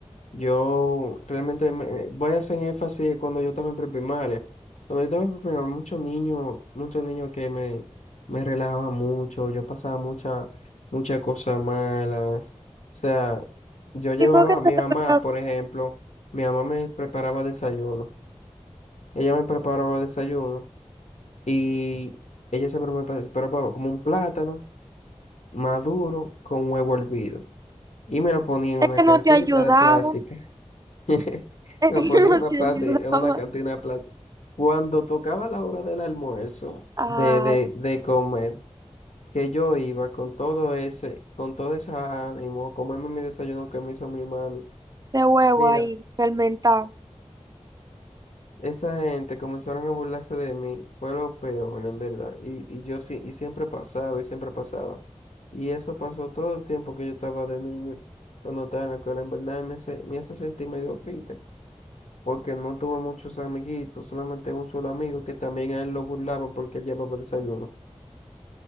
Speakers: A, on the left (about 85°); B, on the right (about 30°).
A: Yo realmente me- voy a hacer énfasis cuando yo estaba en preprimaria. Cuando yo estaba en preprimaria, muchos niños, muchos niños que me, me relajaban mucho, yo pasaba mucha, muchas cosas malas. O sea, yo llevaba
B: ¿Y por qué
A: a
B: te
A: mi mamá,
B: hablaba?
A: por ejemplo, mi mamá me preparaba desayuno. Ella me preparaba desayuno y ella siempre me pre- preparaba como un plátano maduro con huevo hervido. Y me lo ponía en
B: Es
A: una
B: que
A: cantina
B: no te ayudaba,
A: de plástico. <laughs>
B: es
A: Nos
B: que <laughs>
A: ponía
B: no
A: una
B: te
A: plaza,
B: ayudaba.
A: en una cantina de plata. Cuando tocaba la hora del almuerzo,
B: Ay,
A: de, de, de comer, que yo iba con todo ese, con todo ese ánimo, a comerme mi desayuno que me hizo mi mami.
B: de huevo
A: Mira,
B: ahí, fermentado.
A: esa gente comenzaron a burlarse de mí, fue lo peor, en verdad. Y, y yo sí, y siempre pasaba, y siempre pasaba. Y eso pasó todo el tiempo que yo estaba de niño, cuando estaba en la escuela, en verdad, y me hace, me hace sentir medio triste. porque no tuve muchos amiguitos, solamente un solo amigo que también a él lo burlaban porque él llevaba desayuno.